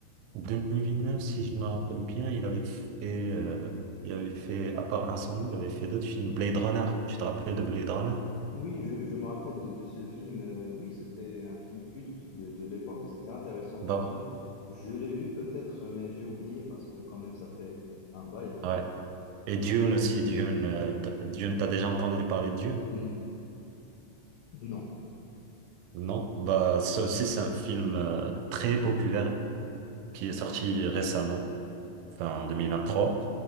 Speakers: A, on the right (about 80°); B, on the left (about 80°).
A: Denis Villeneuve, si je me rappelle bien, il avait fait, euh, il avait fait, à part Incendie, il avait fait d'autres films. Blade Runner. Tu te rappelles de Blade Runner?
B: Oui, je, je me rappelle de, de ce film. euh, oui, c'était un film culte de, de l'époque. C'était intéressant comme
A: Bah,
B: film. Je l'ai vu peut-être, mais j'ai oublié parce que quand même, ça fait un bail.
A: ouais. Et Dune
B: Euh,
A: aussi, Dune,
B: oui.
A: euh, t- Dune, t'as déjà entendu parler de Dune?
B: N- non.
A: Non? Bah, ça aussi, c'est un film euh, très populaire qui est sorti récemment, enfin en 2023.